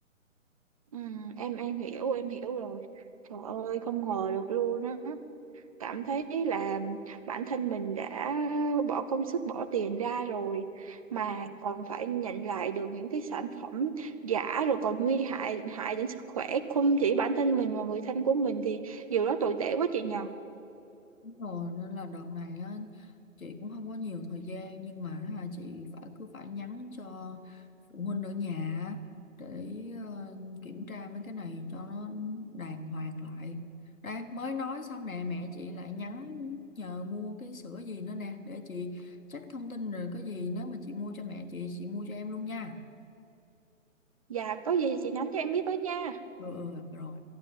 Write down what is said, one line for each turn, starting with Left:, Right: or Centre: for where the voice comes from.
Right: Ừm, em em hiểu em hiểu rồi trời ơi không ngờ được luôn á cảm thấy là bản thân mình đã bỏ công sức bỏ tiền ra rồi mà còn phải nhận lại được những cái sản phẩm giả rồi còn nguy hại hại đến sức khỏe không chỉ bản thân mình mà người thân của mình thì điều đó tồi tệ quá chị nhờ
Left: Rồi nên là đợt này á, chị cũng không có nhiều thời gian nhưng mà hả, chị phải cứ phải nhắn cho phụ huynh ở nhà á, để ờ, kiểm tra mấy cái này cho nó đàng hoàng lại. Đây mới nói xong nè mẹ chị lại nhắn nhờ mua cái sữa gì nữa nè để chị check thông tin rồi có gì nếu mà chị mua cho mẹ chị chị mua cho em luôn nha.
Right: dạ có gì thì chị nhắn cho em biết với nha
Left: Ừ, ừ rồi.